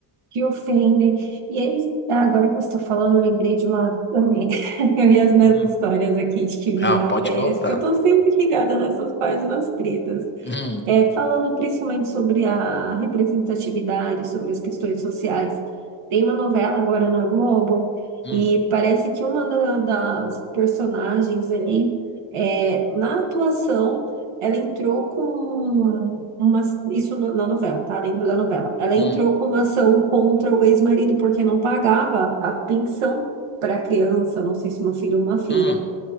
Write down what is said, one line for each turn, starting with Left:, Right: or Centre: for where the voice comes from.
Right: que ofendem. E aí, agora que você está falando, eu lembrei de uma. também. <laughs> Eu vi as minhas
Left: Hum,
Right: histórias aqui de que vi
Left: Ah,
Right: matérias,
Left: pode contar.
Right: que eu estou sempre ligada nessas páginas pretas.
Left: hum,
Right: É, falando principalmente sobre a representatividade, sobre as questões sociais, tem uma novela agora na Globo
Left: hum,
Right: e parece que uma da- das personagens ali, é, na atuação, ela entrou com uma, isso na na novela, tá? Dentro da novela. Ela
Left: hum,
Right: entrou com uma ação contra o ex-marido porque não pagava a pensão para a criança, não sei se uma filha ou uma filha.
Left: hum.